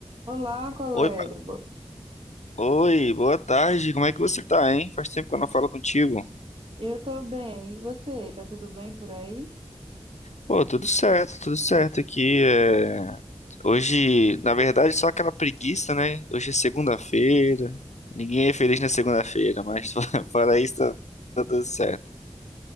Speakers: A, on the right (about 55°); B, on the left (about 80°).
A: Olá, colega.
B: Oi, Ma-
A: Bo-
B: oi, boa tarde. Como é que você tá, hein? Faz tempo que eu não falo contigo.
A: Eu tô bem. E você? Tá tudo bem por aí?
B: Pô, tudo certo, tudo certo aqui. é. Hoje, na verdade, só aquela preguiça, né? Hoje é segunda-feira. Ninguém é feliz na segunda-feira, mas <laughs> fora isso, tá, tá tudo certo.